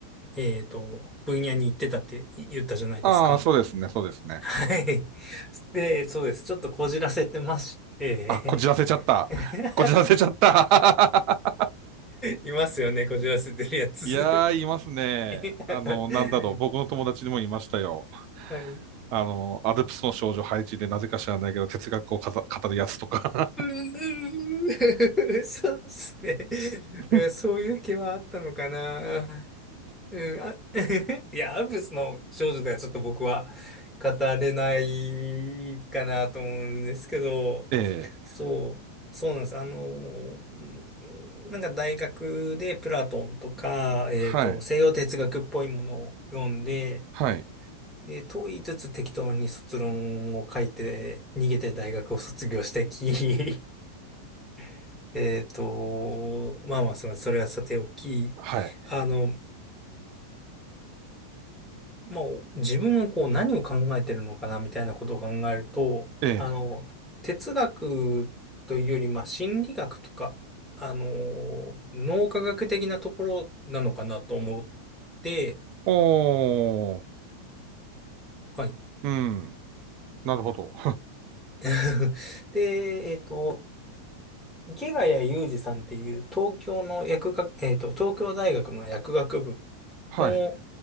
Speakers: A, in the centre; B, on the right.
A: えっと、分野に行ってたって言ったじゃないですか。
B: ああ、そうですね、そうですね。
A: はい。で、そうです。ちょっとこじらせてまして、
B: あ、こじらせちゃった。
A: <laughs>
B: こじらせちゃった。<laughs>
A: いますよね、こじらせてるやつ。
B: いやー、いますね。
A: <laughs>
B: あの、なんだろう。僕の友達にもいましたよ。
A: はい。
B: あの、アルプスの少女配置でなぜか知らないけど、哲学をかざ語るやつとか
A: うー、<laughs> そうっすね。なんかそういう気はあったのかな。
B: <laughs>
A: うん、あ <laughs> いや、アルプスの少女ではちょっと僕は語れないかなと思うんですけど、
B: ええ。
A: そう、そうなんです。あのー、うんなんか大学でプラトンとか、えっと、
B: はい。
A: 西洋哲学っぽいものを読んで、
B: はい。
A: で、問いつつ適当に卒論を書いて、逃げて大学を卒業してき、<laughs> えっと、まあまあ、それそれはさておき、
B: はい。
A: あの、まあ、自分はこう何を考えてるのかなみたいなことを考えると、
B: ええ。
A: あの、哲学というより、まあ、心理学とか、あの、脳科学的なところなのかなと思って、
B: おー。
A: はい。
B: うん。なるほど。
A: <laughs> で、えっと、池谷裕二さんっていう東京の薬学、えっと、東京大学の薬学部
B: <laughs> はい。
A: の